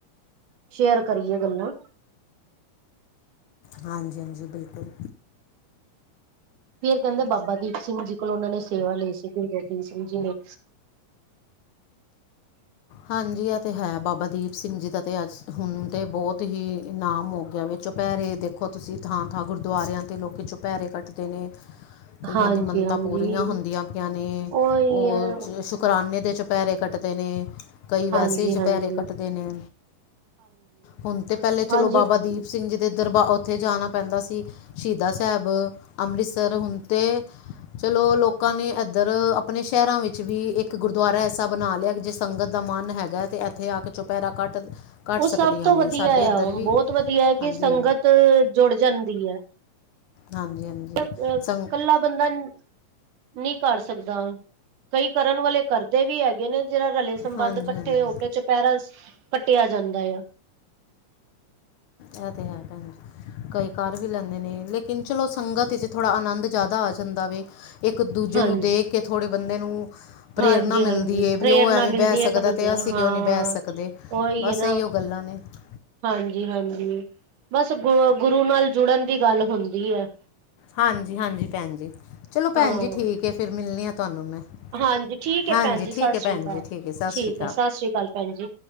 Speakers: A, on the right; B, on the left.
A: ਸ਼ੇਅਰ ਕਰੀਏ ਗੱਲਾ
B: ਹਾਂਜੀ- ਹਾਂਜੀ ਬਿਲਕੁਲ।
A: ਫਿਰ ਕਹਿਦੇ ਬਾਬਾ ਦੀਪ ਸਿੰਘ ਜੀ ਕੋਲ ਉਹਨਾਂ ਨੇ ਸੇਵਾ ਲਈ ਸੀ ਗੁਰੂ ਗੋਬਿੰਦ ਸਿੰਘ ਜੀ ਨੇ
B: ਹਾਂਜੀ ਇਹ ਤੇ ਹੈ, ਬਾਬਾ ਦੀਪ ਸਿੰਘ ਜੀ ਦਾ ਤਾਂ ਅੱਜ ਹੁਣ ਤੇ ਬਹੁਤ ਹੀ ਇਨਾਮ ਹੋ ਗਿਆ ਵਿੱਚ। ਪੈਰੇ ਦੇਖੋ ਤੁਸੀ ਥਾਂ- ਥਾਂ ਗੁਰਦੁਆਰਿਆਂ ਤੇ ਲੋਕੀ ਚੋਪੈਰੇ ਕੱਟਦੇ ਨੇ
A: <inaudible>
B: ਕਈਆਂ
A: ਹਾਂਜੀ-ਹਾਂਜੀ
B: ਦੀ ਮੰਨਤਾ ਪੂਰੀਆਂ ਹੁੰਦੀਆਂ ਪਈਆਂ ਨੇ
A: ਉਹੀ
B: ਉਹ
A: ਹੈ
B: ਸ਼ੁਕਰਾਨੇ ਦੇ ਚ ਪੈਰੇ ਕੱਟਦੇ ਨੇ ਕਈ ਵੈਸੇ
A: ਹਾਂਜੀ-ਹਾਂਜੀ
B: ਹੀ ਚੁਪਹਿਰੇ ਕੱਟਦੇ ਨੇ ਹੁਣ ਤੇ ਪਹਿਲੇ
A: ਹਾਂਜੀ-ਹਾਂਜੀ-ਹਾਂਜੀ
B: ਚਲੋ ਬਾਬਾ ਦੀਪ ਸਿੰਘ ਜੀ ਦੇ ਦਰਬਾਰ ਉਥੇ ਜਾਣਾ ਪੈਦਾ ਸੀ ਸ਼ਹੀਦਾ ਸਾਹਿਬ ਅੰਮ੍ਰਿਤਸਰ ਹੁਣ ਤੇ ਚਲੋ ਲੋਕਾਂ ਨੇ ਇਧਰ ਆਪਣੇ ਸ਼ਹਿਰਾਂ ਵਿਚ ਵੀ ਇਕ ਗੁਰਦੁਆਰਾ ਐਸਾ ਬਣਾ ਲਿਆ ਜੇ ਸੰਗਤ ਦਾ ਮਨ ਹੈਗਾ ਤੇ ਇਥੇ ਆ ਕੇ ਚੁਪਹਿਰਾ ਕੱਟ ਕੱਟ
A: ਉਹ
B: ਸਕਦੀਆਂ
A: ਸਭ ਤੋ
B: ਨੇ
A: ਵਧੀਆ
B: ਸਾਡੇ ਇੱਧਰ
A: ਆ
B: ਵੀ
A: ਬਹੁਤ ਵਧੀਆ ਹੈ ਕਿ
B: ਹਾਂਜੀ
A: ਸੰਗਤ ਜੁੜ ਜਾਦੀ ਹੈ।
B: ਹਾਂਜੀ ਹਾਂਜੀ
A: ਅ
B: ਸੰਗ
A: ਕੱਲਾ ਬੰਦਾ, ਨਹੀ ਕਰ ਸਕਦਾ। ਕਈ ਕਰਨ ਵਾਲੇ ਕਰਦੇ ਵੀ ਹੈਗੇ ਨੇ ਜਿਹੜਾ ਰਲੇ ਸੰਬੰਧ
B: ਹਾਂਜੀ
A: ਇਕੱਠੇ
B: ਹਾਂਜੀ
A: ਹੋ ਕੇ <unintelligible> ਕੱਟਿਆ ਜਾਂਦਾ ਆ।
B: ਇਹ ਤੇ ਹੈ ਭੈਣਜੀ। ਕਈ ਕਰ ਵੀ ਲੈਦੇ ਨੇ ਲੇਕਿਨ ਚਲੋ ਸੰਗਤ ਵਿਚ ਥੋੜ੍ਹਾ ਆਨੰਦ ਜਿਆਦਾ ਆ ਜਾਦਾ ਵੇ। ਇਕ ਦੂਜੇ
A: ਹਾਂਜੀ।
B: ਨੂੰ ਦੇਖ ਕੇ ਥੋੜ੍ਹੇ ਬੰਦੇ ਨੂੰ ਪ੍ਰੇਰਨਾ
A: ਹਾਂਜੀ ਹਾਂਜੀ
B: ਮਿਲਦੀ ਹੈ ਵੀ
A: ਪ੍ਰੇਰਨਾ
B: ਉਹ ਐਵੇਂ
A: ਮਿਲਦੀ
B: ਬਹਿ ਸਕਦਾ
A: ਹੈ ਇੱਕ ਦੂਜੇ
B: ਤੇ
A: ਨੂੰ
B: ਅਸੀਂ
A: ਹਾਂ
B: ਕਿਉਂ ਨਹੀਂ ਬਹਿ ਸਕਦੇ
A: ਉਹੀ
B: ਬਸ
A: ਹੈ ਨਾ
B: ਇਹੀਯੋ ਮ <inaudible>
A: ਹਾਂਜੀ -ਹਾਂਜੀ ਬਸ ਗੁ ਗੁਰੂ ਨਾਲ ਜੁੜਨ ਦੀ ਗੱਲ ਹੁੰਦੀ ਹੈ।
B: ਹਾਂਜੀ- ਹਾਂਜੀ ਭੈਣ ਜੀ ਚਲੋ ਭੈਣ
A: ਹਾਂ
B: ਜੀ, ਠੀਕ ਹੈ ਫਿਰ ਮਿਲਣੀ ਆ ਤੁਹਾਨੂੰ ਮੈਂ।
A: ਹਾਂਜੀ, ਠੀਕ ਹੈ
B: ਹਾਂਜੀ
A: ਭੈਣ ਜੀ ਸਤਿ
B: ਠੀਕ ਹੈ
A: ਸ਼੍ਰੀ
B: ਭੈਣ
A: ਅਕਾਲ
B: ਜੀ ਹੈ ਸਤਿ
A: ਠੀਕ
B: ਸ਼੍ਰੀ
A: ਹੈ ਸਤਿ ਸ਼੍ਰੀ ਅਕਾਲ ਭੈਣ ਜੀ।